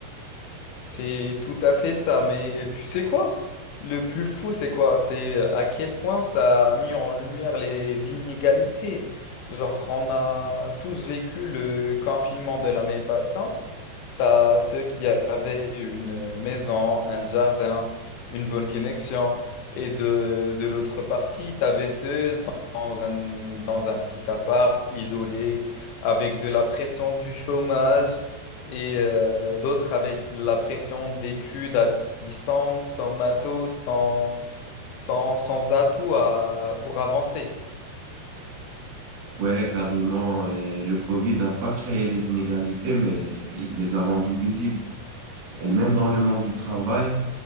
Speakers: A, on the left (about 80°); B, on the right (about 65°).
A: C'est tout à fait ça, mais tu sais quoi? Le plus fou, c'est quoi? C'est euh, à quel point ça a mis en lumière les inégalités. Genre, on a tous vécu le confinement de la même façon. T'as ceux qui avaient une euh, maison, un jardin, une bonne connexion. Et de, de l'autre partie, t'avais ceux dans dans un, dans un petit appart, isolé, avec de la pression du chômage, et euh, d'autres avec la pression d'études à distance, sans matos, sans, sans, sans atout à- pour avancer.
B: Ouais, carrément. Et le Covid n'a pas créé les inégalités, mais il les a rendues visibles. Et même dans le monde du travail,